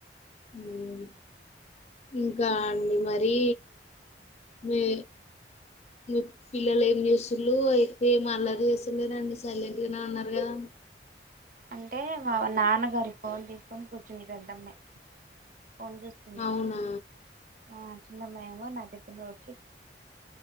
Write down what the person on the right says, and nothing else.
అంటే మా నాన్నగారి ఫోన్ తీసుకొని కూర్చుంది పెద్దమ్మాయి ఫోన్ చూస్ ఉంది
ఆ చిన్నమ్మాయి ఏమో నా దగ్గర <unintelligible>